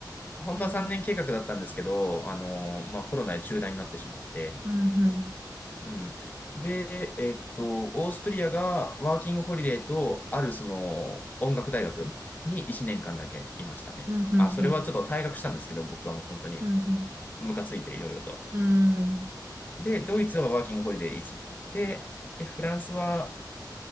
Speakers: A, on the left; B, on the right.
A: 本当は3年計画だったんですけど、
B: うん、
A: あのーまあ、コロナで中断になってしまって、
B: うん、うん、
A: うん。で、えっと、オーストリアがワーキングホリデーと、あるその音楽大学に1年間だけいましたね。
B: うん、
A: あ、それはちょっと退学したんですけど、
B: うん、
A: 僕はもう本当に
B: うん、うん、
A: ムカついていろいろと。
B: うん、
A: で、ドイツはワーキングホリデー1年で、で、フランスは